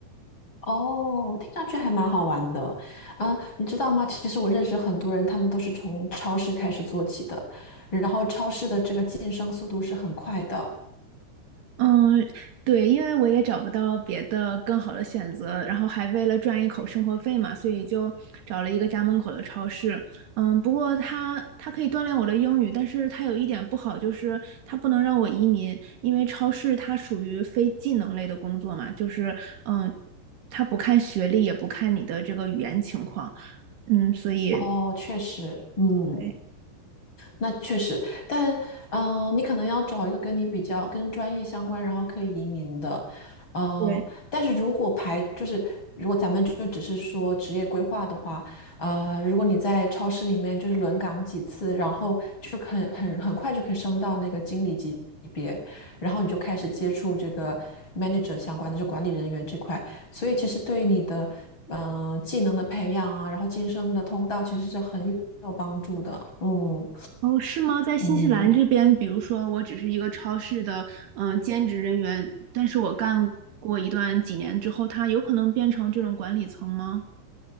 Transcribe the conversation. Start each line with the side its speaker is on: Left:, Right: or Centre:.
Left: 哦，听上去还蛮好玩的。嗯，你知道吗？其实我认识很多人，他们都是从超市开始做起的，然后超市的这个晋升速度是很快的。
Right: 嗯，对，因为我也找不到别的更好的选择，然后还为了赚一口生活费嘛，所以就找了一个家门口的超市。嗯，不过它它可以锻炼我的英语，但是它有一点不好，就是它不能让我移民，因为超市它属于非技能类的工作嘛，就是嗯，它不看学历，也不看你的这个语言情况，嗯，所以。
Left: 哦，确实，嗯，
Right: 对。
Left: 那确实，但嗯、呃你可能要找一个跟你比较跟专业相关，然后可以移民的，呃，
Right: 对。
Left: 但是如果排就是如果咱们就只是说职业规划的话，呃，如果你在超市里面就是轮岗几次，然后就很很很快就可以升到那个经理级别，然后你就开始接触这个 manager 相关的，就管理人员这块，所以其实对你的嗯、呃技能的培养啊，然后晋升的通道其实是很有有帮助的，嗯。
Right: 哦，是吗？在新西兰这边，
Left: 嗯，
Right: 比如说我只是一个超市的嗯、呃兼职人员，但是我干过一段几年之后，它有可能变成这种管理层吗？